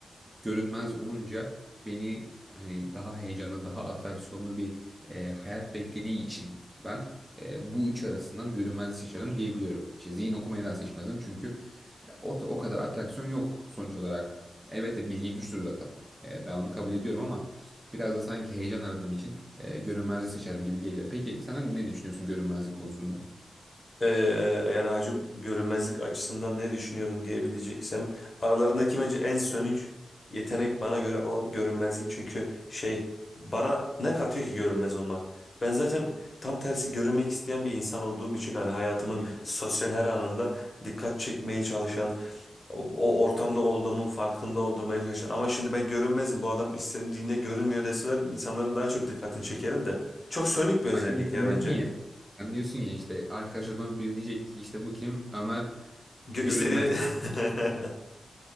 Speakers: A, on the right; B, on the left.
A: görünmez olunca beni hani daha heyecanlı daha atraksiyonlu bir e, hayat beklediği için ben e, bu üç arasından görünmezliği seçerim diyebiliyorum. İşte zihin okumadan seçmezdim çünkü e, o, o kadar atraksiyon yok sonuç olarak. Evet de bilgi güçtür zaten. E, ben onu kabul ediyorum ama biraz da sanki heyecan aradığım için e, görünmezliği seçerim gibi geliyor. Peki sen ne düşünüyorsun görünmezlik konusunda?
B: Ee, yani hacim görünmezlik açısından ne düşünüyorum diyebileceksem aralarındaki bence en sönük yetenek bana göre o görünmezlik çünkü şey bana ne katıyor ki görünmez olmak? Ben zaten tam tersi görünmek isteyen bir insan olduğum için hani hayatımın
A: Hmm.
B: sosyal her anında dikkat çekmeye çalışan o, o ortamda olduğumun farkında oldurmaya çalışan ama şimdi ben görünmezim bu adam istediğinde görünmüyor deseler insanların daha çok dikkatini çekerim de çok sönük bir özellik
A: Ay şimdi
B: ya
A: sen
B: bence.
A: diyorsun ya, sen diyorsun ya işte arkadaşlardan biri diyecek ki işte bu kim? Ömer
B: Gö
A: görünmez.
B: istediğine <laughs>